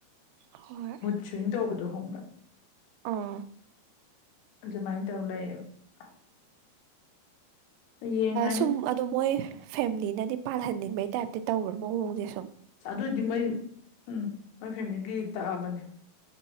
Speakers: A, on the right; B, on the left.
A: ꯍꯣꯏ
B: ꯁꯋꯤꯡ ꯇꯧꯕꯗꯣ ꯍꯪꯕ꯭ꯔꯥ
A: ꯑꯥ
B: ꯑꯗꯨꯃꯥꯏꯅ ꯇꯧ ꯂꯩꯌꯦꯕ <unintelligible> ꯌꯦꯡꯉꯅꯤ
A: ꯁꯨꯝ ꯑꯗꯨ ꯃꯣꯏ ꯐꯦꯂꯤꯅꯗꯤ ꯄꯥꯜꯍꯟꯅꯤꯡꯕꯩ ꯇꯥꯏꯞꯇꯤ ꯇꯧꯕ꯭ꯔꯥ ꯃꯑꯣꯡꯗꯤꯦ ꯁꯨꯝ
B: ꯑꯗꯨꯏꯗꯤ ꯃꯣꯏ ꯎꯝ ꯃꯣꯏ ꯐꯦꯃꯤꯂꯤꯒꯤ ꯇꯛꯑꯕꯅꯦ